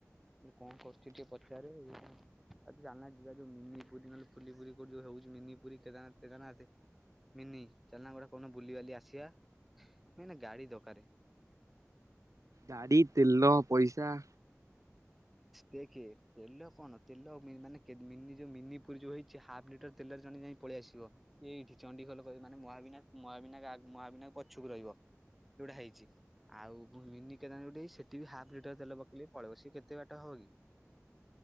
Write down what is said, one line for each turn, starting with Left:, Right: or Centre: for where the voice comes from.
Centre: ମୁଁ କଇଲି କଣ କରୁଚି ଟିକେ ପଚାର ଏଇ ଆଜି ଚାଲୁନା ଯିବା ଯୋଉ ମିନି ପୁରି ନହେଲେ ଫୁଲି ପୁରୀ କୋଉଠି <unintelligible> ହଉଚି ମିନି ପୁରୀ କେଦାରନାଥ ଫେଦାରନାଥ ମିନି ଚାଲୁନା ଆମେ ଗୋଟେ କୌନ ବୁଲିିବାଲି ଆସିବା ମେନ୍ ଗାଡି ଦକାରେ।
Right: ଗାଡ଼ି, ତେଲ, ପଇସା।
Centre: ଦେଖେ ତେଲ କଣ ତେଲ ମେ-ମାନେ କେ ମିନି ଯୋଉ ମିନି ପୁରୀ ଯୋଉ ହେଇଚି ହାଫ୍ ଲିଟର ତେଲରେ ଜଣେ ଯାଇ ପଳେଇ ଆସିବ ଏଇଠି ଚଣ୍ଡି ଖୋଲ କ ମାନେ ମହାବିନାୟକ୍ ମହାବିନାୟକ ଆ ମହାବିନାୟକ ପଛୁକୁ ରହିବ। ଯୋଉଟା ହେଇଚି ଆଉ ଭୂ ମିନି କେଦାନା ଯୋଉଠି ହେଇଚି ସେଟିବି ହାପ୍ ଲିଟର ତେଲ ପକେଇଲେ ପଳଉ ସିଏ କେ ତେ ବାଟା ହବ କି?